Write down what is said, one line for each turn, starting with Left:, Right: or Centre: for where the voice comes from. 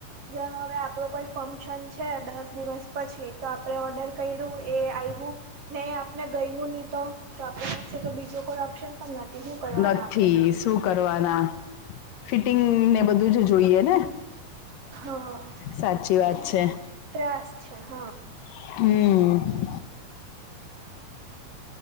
Right: જેમ હવે આપણો કોઈ ફંક્શન છે દસ દિવસ પછી તો આપણે ઓર્ડર કર્યું એ આયવુ ને આપને ગયમુ ની તો તો આપણી પાસે તો બીજો કોઈ ઓપ્શન પણ નથી હું કરવાના
Left: નથી
Right: આપડે?
Left: શું કરવાના ફિટિંગને બધું જ જોઈએ ને.
Right: હા
Left: સાચી વાત છે.
Right: ત્રાસ છે હ.
Left: હમ્મ.